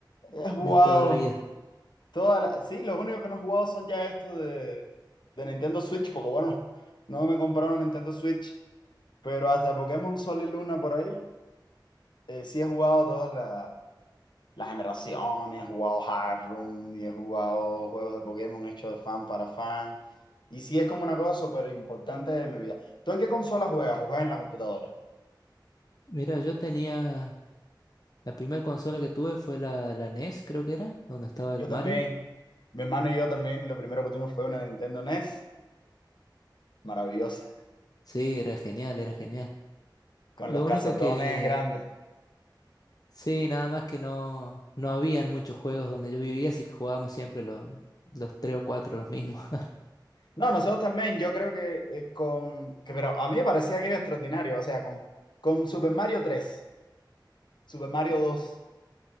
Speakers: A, on the left (about 70°); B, on the left (about 50°).
A: He jugado
B: de toda la vida.
A: Todas las, sí, los únicos que no he jugado son ya estos de, de Nintendo Switch, porque bueno, <laughs> no me compraron Nintendo Switch, pero hasta Pokémon Sol y Luna por ahí, eh, sí he jugado todas la- las generaciones, he jugado Hard Room y he jugado juegos de Pokémon hechos de fan para fan, y sí es como una cosa súper importante de mi vida. ¿Tú en qué consola juegas? ¿O ¿Juegas en la computadora?
B: Mira, yo tenía, la primera consola que tuve fue la, la NES, creo que era, donde estaba
A: Yo
B: el Mario.
A: también, mi hermano y yo también, lo primero que tuvimos fue una Nintendo NES, maravillosa,
B: Sí, era genial, era genial.
A: con
B: Lo
A: los casetones
B: único que
A: grandes.
B: Sí, nada más que no, no habían muchos juegos donde yo vivía, así que jugábamos siempre los, los tres o cuatro, los mismos. <laughs>
A: No, nosotros también, yo creo que eh, con, que- pero a mí me parecía aquello extraordinario, o sea, con, con Super Mario tres, Super Mario dos,